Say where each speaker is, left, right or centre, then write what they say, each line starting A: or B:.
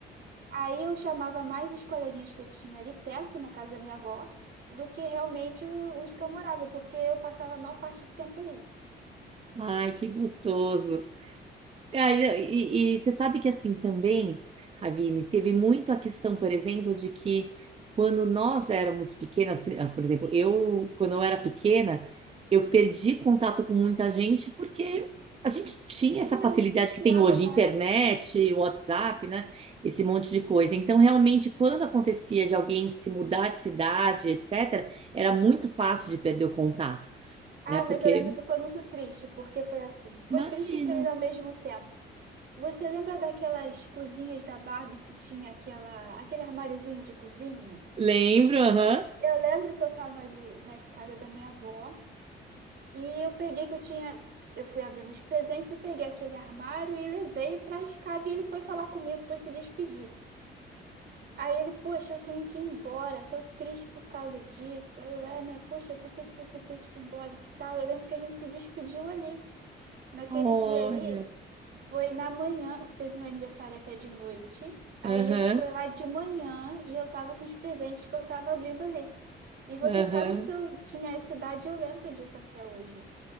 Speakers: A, on the right; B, on the right.
A: Aí eu chamava mais os coleguinhas que eu tinha ali perto, na casa da minha avó, do que realmente o- os que eu morava, porque eu passava a maior parte do tempo ali.
B: Ai, que gostoso. Ah, e, e- e você sabe que assim também, Ravine, teve muito a questão, por exemplo, de que quando nós éramos pequenas, pri- ah, por exemplo, eu, quando eu era pequena, eu perdi contato com muita gente porque a gente tinha essa
A: Tinha
B: facilidade
A: rede social.
B: que tem hoje,
A: né?
B: internet, WhatsApp, né? Esse monte de coisa. Então, realmente, quando acontecia de alguém se mudar de cidade, etc., era muito fácil de perder o contato,
A: Ah,
B: né? Porque,
A: mas eu lembro que foi muito triste, porque foi assim. Foi
B: imagino.
A: triste e feliz ao mesmo tempo. Você lembra daquelas cozinhas da Barbie que tinha aquela, aquele armáriozinho de cozinha?
B: Lembro, aham.
A: Eu lembro que eu estava ali na escada da minha avó. E eu peguei que eu tinha. Eu fui abrindo os presentes e peguei aquele armário e levei para a escada. E ele foi falar comigo, foi se despedir. Aí ele, poxa, eu tenho que ir embora, tô triste por causa disso. Aí eu, é, né? Poxa, por que que você tem que ir embora e tal? Eu lembro que a gente se despediu ali. Naquele
B: Olha.
A: dia ali, foi na manhã, que teve meu aniversário até de noite. Aí
B: Aham,
A: ele foi lá de manhã e eu tava com os presentes que eu tava abrindo ali. E você
B: aham.
A: sabe que eu tinha essa idade e eu lembro disso até hoje.